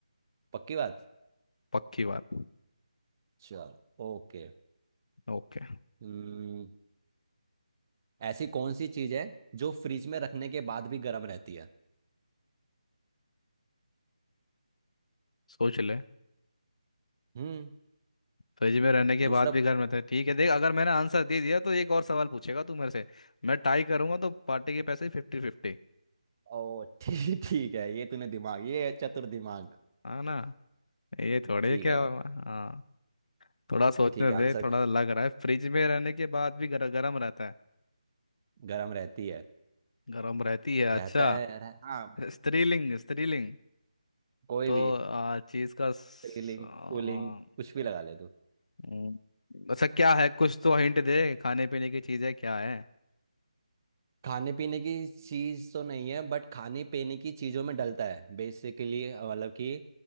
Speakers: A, on the right; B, on the left.
A: पक्की बात
B: पक्की बात
A: चल ओके
B: ओके
A: हम्म ऐसी कौन सी चीज है जो फ्रिज में रखने के बाद भी गर्म रहती है
B: सोच ले
A: हम्म
B: फ्रिज में रहने के बाद
A: दूसरा
B: भी घर में थे ठीक है देख अगर मैंने आंसर दे दिया तो एक और सवाल पूछेगा तू मेरे से मैं टाई करूंगा तो पार्टी के पैसे फिफ्टी फिफ्टी
A: ओ <laughs> ठीक ठीक है ये तूने दिमाग ये है चतुर दिमाग
B: हाँ ना ये थोड़े
A: ठीक
B: क्या
A: है भाई
B: हुआ? हाँ थोड़ा सोचने
A: ठीक है आंसर
B: दे थोड़ा लग रहा है फ्रिज में रहने के बाद भी गर, गर्म रहता है
A: गर्म रहती है
B: गर्म रहती है
A: रहता
B: अच्छा
A: है यार हाँ
B: स्त्रीलिंग स्त्रीलिंग
A: कोई
B: तो
A: भी
B: आ, चीज का स-
A: सीलिंग
B: आ,
A: कूलिंग कुछ भी लगा ले तू
B: हम्म, अच्छा क्या है कुछ तो हिंट दे खाने पीने की चीजें क्या है
A: खाने पीने की चीज तो नहीं है बट खाने पीने की चीजों में डलता है बेसिकली मतलब कि